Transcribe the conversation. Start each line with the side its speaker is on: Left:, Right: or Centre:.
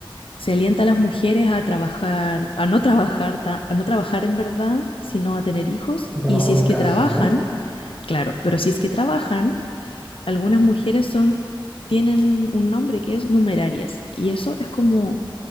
Left: se alienta a las mujeres a trabajar, a no trabajar, ta- a no trabajar en verdad, sino a tener hijos.
Centre: en trabajo
Left: Y si
Centre: de
Left: es que
Centre: casa,
Left: trabajan,
Centre: ¿no?
Left: claro, pero si es que trabajan, algunas mujeres son, tienen un nombre que es numerarias. Y eso es como,